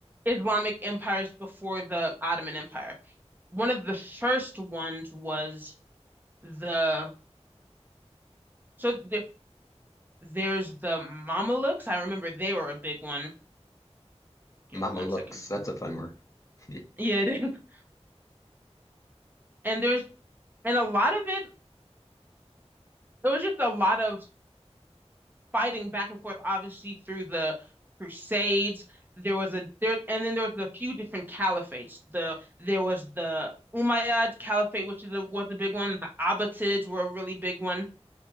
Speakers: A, on the right; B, on the left.
A: Islamic empires before the Ottoman Empire. One of the first ones was the so the There's the Mamelukes. I remember they were a big one. Give
B: Mama
A: me one
B: looks.
A: second.
B: That's a fun word. <laughs>
A: Yeah, it is. <laughs> And there's and a lot of it, There was just a lot of fighting back and forth, obviously through the Crusades. There was a there and then there was a few different caliphates. The there was the Umayyad Caliphate, which is a, was a big one. The Abbasids were a really big one.